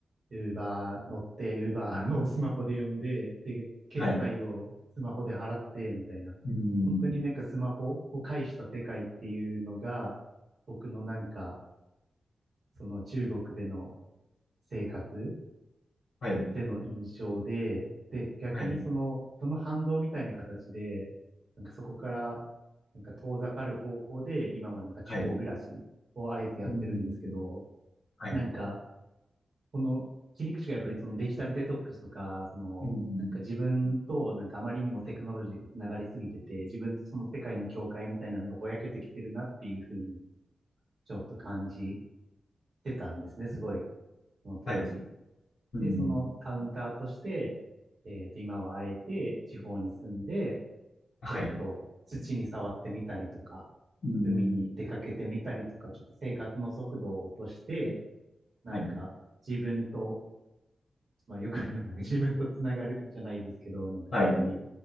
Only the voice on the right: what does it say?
Uber 乗って、Uber をスマホで呼んで、で、決済をスマホで払って、
みたいな。
本当になんかスマホを介した世界っていうのが、僕のなんか、その中国での生活
ての印象で、で、逆にその、
その反動みたいな形で、なんかそこから、なんか遠ざかる方向で、今はなんか地方暮らしをあえてやってるんですけど、
なんか、この切り口がやっぱりそのデジタルデトックスとか、その、
なんか自分となんかあまりにもテクノロジーがつながりすぎてて、自分とその世界の境界みたいなのがぼやけてきてるなっていうふうに、ちょっと感じてたんですね、すごい、その当時。
で、そのカウンターとして、えっと、今はあえて地方に住んで、
ちょっと土に触ってみたりとか、
海に出かけてみたりとか、ちょっと生活の速度を落として、なんか自分と、
まあよくある、なんか自分とつながるじゃないですけど、なんか本当に、